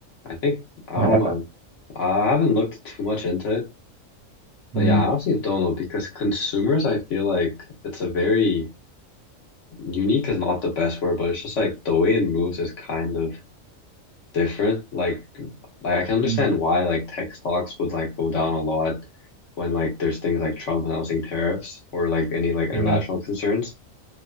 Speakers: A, on the left; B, on the right.
A: I think I don't
B: what happened?
A: know. I haven't looked too much into it. But
B: Mm,
A: yeah, I honestly don't know because consumers, I feel like it's a very unique is not the best word, but it's just like the way it moves is kind of different. Like, like I can understand
B: mm,
A: why like tech stocks would like go down a lot when like there's things like Trump announcing tariffs or like any like international
B: yeah,
A: concerns.